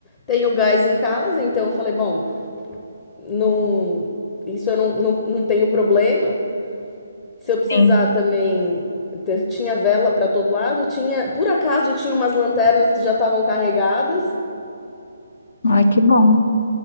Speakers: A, on the left; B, on the left.
A: Tenho gás em casa, então eu falei, bom, não, isso eu não, não, não tenho problema. Se eu precisar
B: Sim.
A: também, ter- tinha vela pra todo lado, tinha, por acaso tinha umas lanternas que já estavam carregadas.
B: Ai, que bom.